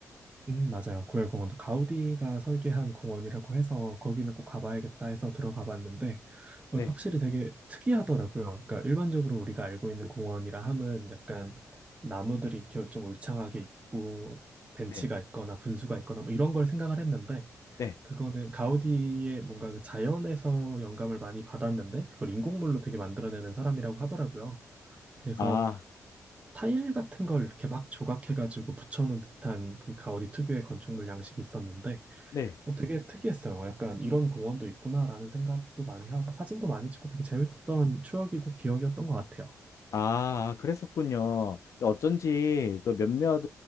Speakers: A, on the right; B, on the left.
A: 음, 맞아요. 구엘공원도 가우디가 설계한 공원이라고 해서 거기는 꼭 가봐야겠다 해서 들어가 봤는데 어,
B: 네,
A: 확실히 되게 특이하더라고요. 그러니까 일반적으로 우리가 알고 있는 공원이라 함은 약간 이제 나무들이 이렇게 좀 울창하게 있고 벤치가
B: 네,
A: 있거나 분수가 있거나 뭐 이런 걸 생각을 했는데
B: 네.
A: 그거는 가우디의 뭔가 그 자연에서 영감을 많이 받았는데 그걸 인공물로 되게 만들어내는 사람이라고 하더라고요. 그래서
B: 아,
A: 타일 같은 걸 이렇게 막 조각해가지고 붙여놓은 듯한 그 가우디 특유의 건축물 양식이 있었는데
B: 네.
A: 어, 되게 특이했어요. 약간 이런 공원도 있구나라는 생각도 많이 하고 사진도 많이 찍고 되게 재밌었던 추억이고 기억이었던 것 같아요.
B: 아, 그랬었군요. 어쩐지 그 몇몇